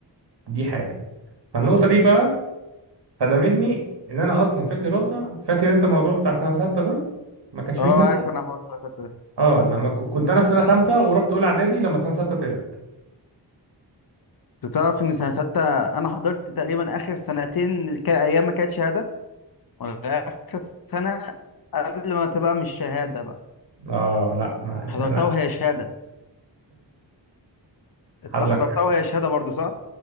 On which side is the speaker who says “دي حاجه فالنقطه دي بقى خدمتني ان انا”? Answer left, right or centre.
Right